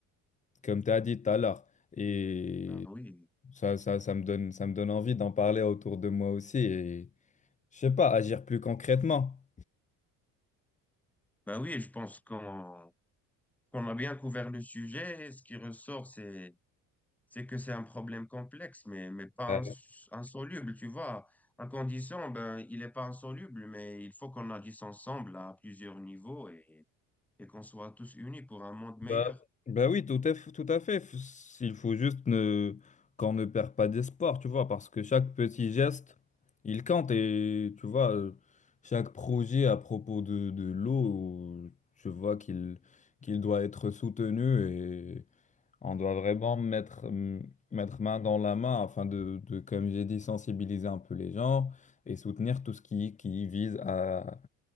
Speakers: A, on the left (about 20°); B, in the centre.
A: comme tu as dit tout à l'heure. Et
B: Ben oui.
A: ça, ça, ça me donne, ça me donne envie d'en parler autour de moi aussi et, je sais pas, agir plus concrètement.
B: Bah oui, je pense qu'on qu'on a bien couvert le sujet. Et ce qui ressort, c'est c'est que c'est un problème complexe, mais mais pas
A: Bah,
B: ins- insoluble, tu vois. En condition, ben il est pas insoluble, mais il faut qu'on agisse ensemble à plusieurs niveaux et et qu'on soit tous unis pour un monde meilleur.
A: bah, bah oui, tout est, tout à fait. F- Il faut juste ne, qu'on ne perd pas d'espoir, tu vois, parce que chaque petit geste, il compte. Et tu vois, euh, chaque projet à propos de, de l'eau, je vois qu'il qu'il doit être soutenu On doit vraiment mettre, hum, mettre main dans la main afin de, de, comme j'ai dit, sensibiliser un peu les gens et soutenir tout ce qui, qui vise à,